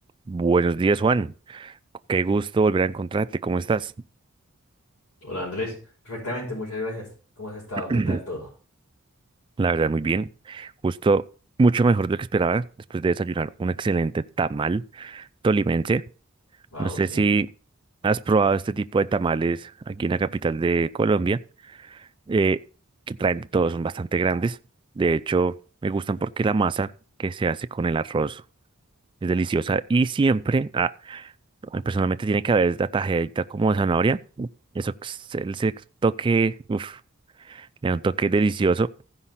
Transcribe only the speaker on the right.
Buenos días, Juan. Qué gusto volver a encontrarte. ¿Cómo estás?
<clears throat>
La verdad, muy bien. Justo mucho mejor de lo que esperaba después de desayunar un excelente tamal tolimense.
No sé
si has probado este tipo de tamales aquí en la capital de Colombia, eh, que traen de todo, son bastante grandes. De hecho, me gustan porque la masa que se hace con el arroz es deliciosa y siempre, ah, personalmente, tiene que haber la tajadita como de zanahoria. Eso, el toque, uff. Le da un toque delicioso.